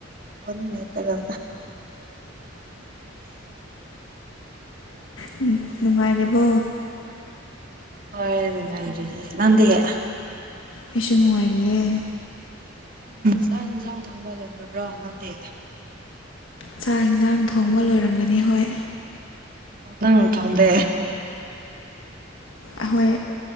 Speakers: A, on the right (about 45°); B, on the left (about 85°).
A: ꯃꯨꯟ ꯃꯦꯠꯂꯗ
B: ꯍꯝ ꯅꯨꯡꯉꯥꯏꯔꯤꯕꯣ
A: ꯍꯉꯥꯏꯔꯤ ꯅꯗꯤꯌꯦ
B: ꯀꯩꯁꯨ ꯅꯨꯡꯉꯥꯏꯔꯤꯑꯦ
A: ꯆꯥꯛ ꯌꯦꯟꯁꯥꯡ ꯊꯣꯡꯕ ꯂꯩꯣꯏꯈ꯭ꯔꯕ꯭ꯔꯥ ꯅꯪꯗꯤ
B: ꯆꯥꯛ ꯌꯦꯟꯁꯥꯡ ꯊꯣꯡꯕ ꯂꯣꯏꯔꯝꯒꯅꯤ ꯍꯣꯏ
A: ꯑꯣꯗꯥꯡ ꯇꯗꯦ
B: ꯑꯍꯣꯏ